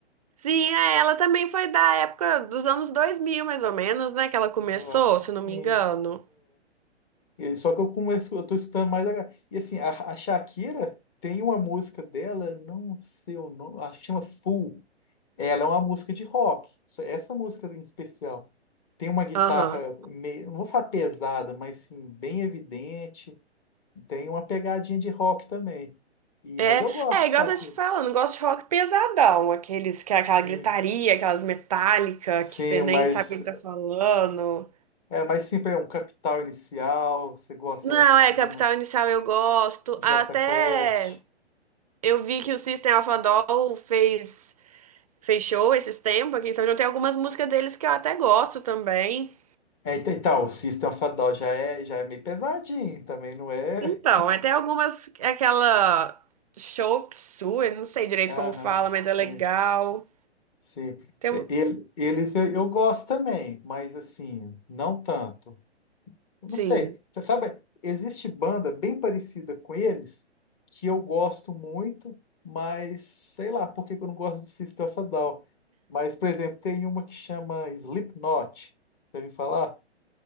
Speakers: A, on the right; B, on the left.
A: Sim, é, ela também foi da época dos anos 2000 mais ou menos, né, que ela começou,
B: Eu acho que
A: se
B: sim.
A: não me engano.
B: E- Só que eu começo, eu tô escutando mais agora. E assim, a, a Shakira tem uma música dela, não sei o nome, acho que chama Fool. Ela é uma música de rock. Só- Essa música em especial tem uma guitarra
A: Aham.
B: meio, não vou falar pesada, mas sim, bem evidente. Tem uma pegadinha de rock também. E,
A: É,
B: mas eu gosto
A: é igual
B: de Shakira.
A: eu tô te falando, eu gosto de rock pesadão, aqueles que é aquela gritaria,
B: E,
A: aquelas metálicas
B: sim,
A: que você nem
B: mas
A: sabe o que tá falando.
B: é mais sempre é um Capital Inicial. Você gosta
A: Não,
B: desse
A: é,
B: tipo
A: Capital
B: de mais
A: Inicial eu gosto.
B: Jota
A: Até
B: Quest.
A: eu vi que o System of a Down fez, fez show esses tempos aqui em São João. Tem algumas músicas deles que eu até gosto também.
B: É, então, então, o System of a Down já é, já é meio pesadinho também, não é?
A: Então, até algumas, aquela Chop Suey, não sei direito
B: Aham,
A: como fala, mas
B: sim,
A: é legal.
B: sim.
A: Tem,
B: É,
A: um-
B: ele- Eles eu, eu gosto também, mas assim, não tanto. Eu Não
A: sim,
B: sei. Você sabe, existe banda bem parecida com eles que eu gosto muito, mas sei lá por que que eu não gosto do System of a Down. Mas, por exemplo, tem uma que chama Slipknot. Deve falar?